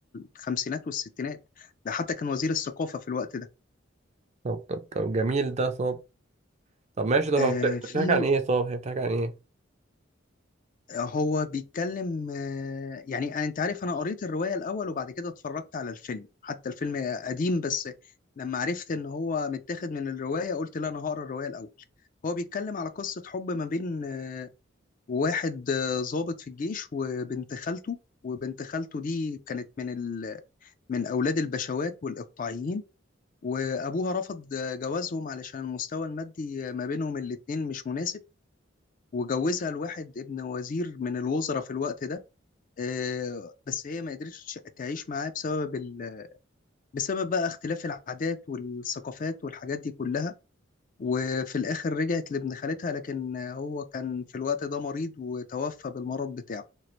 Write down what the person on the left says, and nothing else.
الخمسينات والستينات ده حتى كان وزير الثقافه في الوقت ده
آه
في
هو بيتكلم آه، يعني أنا- انت عارف انا قريت الرواية الاول وبعد كده اتفرجت على الفيلم حتى الفيلم قديم بس لما عرفت ان هو متاخد من الرواية قلت لا انا هقرا الرواية الاول هو بيتكلم على قصة حب ما بين آه، واحد آه، ضابط في الجيش وبنت خالته وبنت خالته دي كانت من ال... من اولاد البشوات والاقطاعيين وابوها رفض آه، جوازهم علشان المستوى المادي آه، ما بينهم الاتنين مش مناسب وجوزها لواحد ابن وزير من الوزراء في الوقت ده آه، بس هي ما قدرتش تعيش معاه بسبب ال... بسبب بقى اختلاف العادات والثقافات والحاجات دي كلها وفي الآخر رجعت لابن خالتها لكن هو كان في الوقت ده مريض وتوفى بالمرض بتاعه